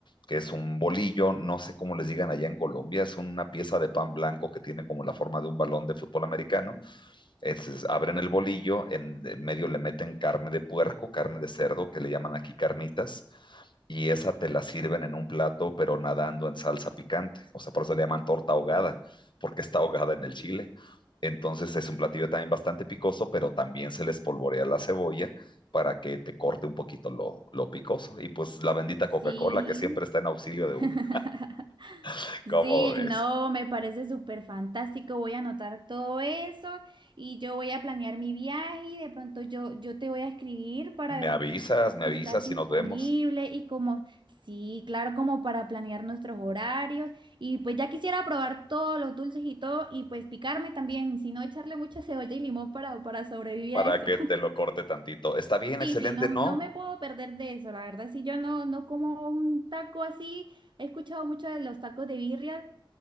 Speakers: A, on the left; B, on the right.
A: que es un bolillo, no sé cómo les digan allá en Colombia, es una pieza de pan blanco que tiene como la forma de un balón de fútbol americano es, abren el bolillo, en medio le meten carne de puerco, carne de cerdo, que le llaman aquí carnitas, y esa te la sirven en un plato, pero nadando en salsa picante. O sea, por eso le llaman torta ahogada, porque está ahogada en el chile. Entonces es un platillo también bastante picoso, pero también se les polvorea la cebolla para que te corte un poquito lo, lo picoso. Y pues la bendita
B: Sí.
A: Coca-Cola que siempre está en auxilio de
B: <laughs>
A: uno. <laughs>
B: Sí,
A: ¿Cómo ves?
B: no, me parece súper fantástico. Voy a anotar todo eso y yo voy a planear mi viaje y de pronto yo, yo te voy a escribir para
A: Me
B: ver
A: avisas, me
B: si
A: avisas
B: estás disponible
A: y nos vemos.
B: y como, sí, claro, como para planear nuestros horarios. Y pues ya quisiera probar todos los dulces y todo y pues picarme también, si no echarle mucha cebolla y limón para, para sobrevivir
A: para
B: a eso.
A: que te lo corte tantito. ¿Está bien?
B: Sí,
A: Excelente,
B: sí, no,
A: ¿no?
B: no me puedo perder de eso, la verdad, si yo no, no como un taco así, he escuchado mucho de los tacos de birria,